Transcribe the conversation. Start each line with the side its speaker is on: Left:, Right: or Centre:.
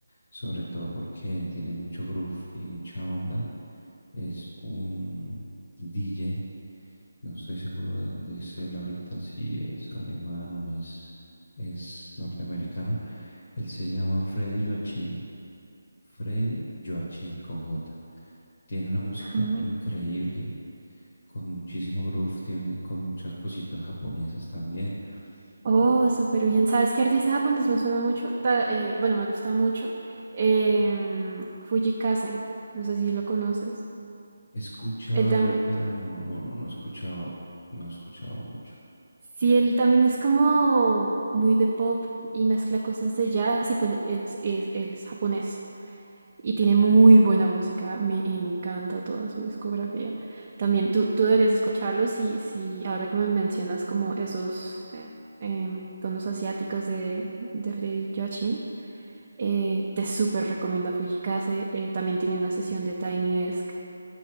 Left: sobre todo porque tiene mucho groove y mucha onda, es un DJ, no estoy seguro de dónde es él ahorita, si es alemán o es, es norteamericano. Él se llama Freddy Joachim, Freddy Joachim con J. Tiene una música
Right: Ajá.
Left: increíble, con muchísimo groove, tiene con muchas cositas japonesas también.
Right: Oh,
Left: Ujú.
Right: súper bien. ¿Sabes qué artista japonés me suena mucho? Ta- eh, bueno, me gusta mucho. Em, Fujikase. No sé si lo conoces.
Left: He escuchado
Right: Él también.
Left: de él, pero no, no, no, no he escuchado, no he escuchado mucho.
Right: Sí, él también es como muy de pop y mezcla cosas de jazz y pues es, es, él es japonés. Y tiene muy buena música, me encanta toda su discografía. También tú, tú deberías escucharlo si, si ahora que me mencionas como esos eh, em, tonos asiáticos de, de Freddy Joachim, eh, te súper recomiendo a Fujikase. Eh, también tiene una sesión de Tiny Desk